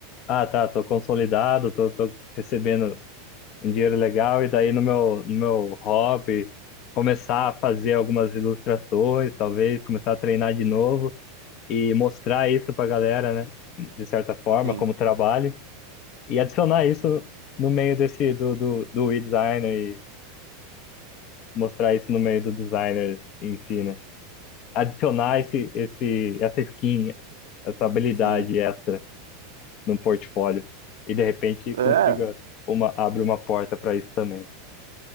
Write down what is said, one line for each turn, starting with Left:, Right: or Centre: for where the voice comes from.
Left: Ah, tá, tô consolidado, tô, tô recebendo um dinheiro legal e daí no meu, no meu hobby começar a fazer algumas ilustrações, talvez começar a treinar de novo e mostrar isso pra galera, né? De certa forma,
Right: sim,
Left: como trabalho e adicionar isso no meio desse do, do, do e-designer e mostrar isso no meio do designer em si, né? Adicionar esse, esse, essa skin, essa habilidade
Right: sim.
Left: extra no portfólio e de repente consiga
Right: É,
Left: uma abre uma porta para isso também.